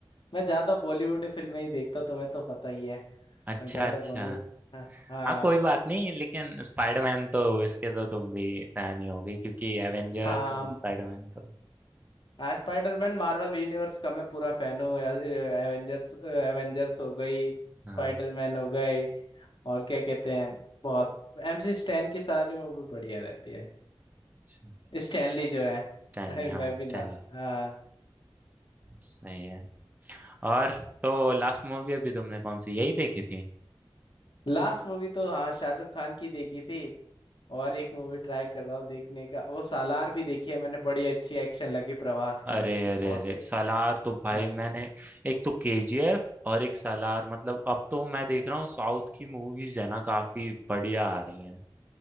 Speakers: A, on the left; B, on the right.
A: मैं ज्यादा बॉलीवुड फिल्में ही देखता हूँ, तुम्हें तो पता ही है
B: अच्छा
A: मैं ज्यादा
B: अच्छा
A: बॉलीवुड हाँ हाँ
B: हाँ कोई बात नहीं लेकिन स्पाइडरमैन तो इसके तो तुम भी फैन ही होगे क्योंकि एवेंजर्स
A: हाँ
B: और स्पाइडरमैन तो
A: हाँ स्पाइडरमैन मार्वल यूनिवर्स का मैं पूरा फैन हूँ एवेंजर्स एवेंजर्स हो गई स्पाइडरमैन
B: हाँ
A: हो गई और क्या कहते हैं बहुत एमसी स्टैन की सारी मूवी बढ़िया रहती है
B: अच्छा
A: स्टैनली जो है <laughs>
B: स्टैनली
A: अरे
B: हाँ
A: मैं भी
B: स्टैनली
A: ना हाँ,
B: सही है और तो लास्ट मूवी अभी तुमने कौन सी यही देखी थी
A: लास्ट मूवी तो हाँ शाहरुख खान की देखी थी और एक मूवी ट्राई कर रहा हूँ देखने का वो सालार भी देखी है मैंने बड़ी अच्छी एक्शन लगी प्रभास की
B: अरे
A: मेरे को बहुत
B: अरे अरे
A: बड़ी
B: सालार तो भाई
A: हाँ
B: मैंने एक तो केजीएफ और एक सालार मतलब अब तो मैं देख रहा हूँ साउथ की मूवीज है ना काफी बढ़िया आ रही हैं